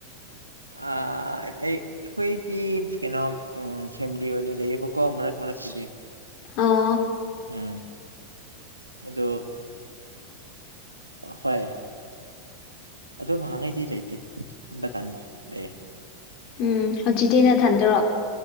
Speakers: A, on the right (about 80°); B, on the left (about 40°).
A: ꯑꯩ ꯑꯩꯈꯣꯏꯗꯤ ꯀꯩꯅꯣ ꯐꯦꯃꯤꯂꯤ ꯑꯣꯏꯅ ꯂꯩꯌꯦꯕꯀꯣ ꯃꯔꯛ ꯍꯛꯇꯗꯤ
B: ꯑꯥ
A: ꯎꯝ ꯑꯣ ꯍꯣꯏ ꯑꯗꯣ ꯉꯥꯏꯍꯥꯛꯉꯩꯗꯤ ꯂꯩꯇꯦ ꯍꯟꯗꯛꯀꯥꯟ ꯂꯩꯦ
B: ꯎꯝ ꯍꯧꯖꯤꯛꯇꯤ ꯅ ꯊꯟꯗꯔꯣ